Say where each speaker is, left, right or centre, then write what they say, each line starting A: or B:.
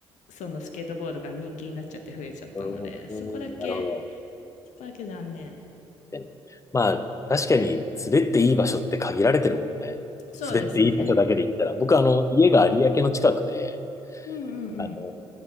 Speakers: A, on the left; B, on the left.
A: そのスケートボードが人気になっちゃって増えちゃったので、
B: うん。
A: そこだけ、
B: うん、なるほど。
A: そこだけ残念。
B: 確かにまあ、確かに滑っていい場所って限られてるもんね。
A: そうですね。
B: 滑っていい場所だけで言ったら。僕、あの、家が有明の近くで、
A: うんうんうん。
B: あの、